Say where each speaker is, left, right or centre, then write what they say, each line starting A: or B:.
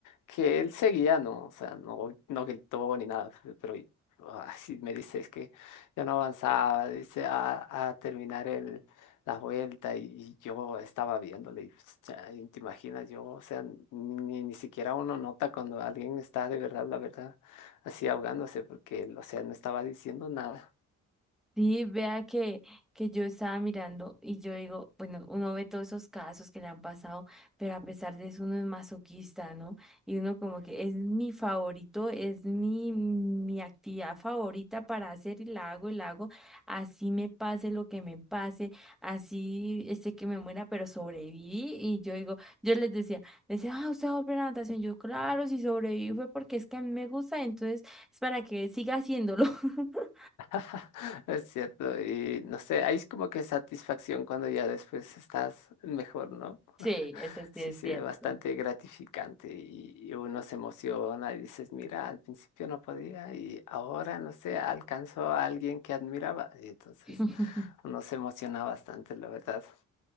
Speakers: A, on the left (about 85°); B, in the centre.
A: que él seguía, ¿no? O sea, no, no gritó ni nada, fe- pero así me dice, es que ya no avanzaba, dice, a, a terminar la vuelta y, y yo estaba viéndole y pues, chay, te imaginas yo, o sea, ni, ni siquiera uno nota cuando alguien está de verdad, la verdad, así ahogándose porque, o sea, no estaba diciendo nada.
B: Sí, vea que, que yo estaba mirando y yo digo, bueno, uno ve todos esos casos que le han pasado, pero a pesar de eso uno es masoquista, ¿no? Y uno como que es mi favorito, es mi, mi actividad favorita para hacer y la hago y la hago, así me pase lo que me pase, así este que me muera, pero sobreviví. Y yo digo, yo les decía, les decía, ah, usted va a volver a la natación. Yo, claro, si sobreviví fue porque es que a mí me gusta, entonces es para que siga haciéndolo. <laughs>
A: <laughs> Es cierto, y no sé, hay como que satisfacción cuando ya después estás mejor, ¿no? <laughs>
B: Sí, ese sí
A: Sí,
B: es
A: sí,
B: cierto.
A: es bastante gratificante y, y uno se emociona y dices, mira, al principio no podía y ahora, no sé, alcanzó a alguien que admiraba. Y entonces
B: <laughs>
A: uno se emociona bastante, la verdad.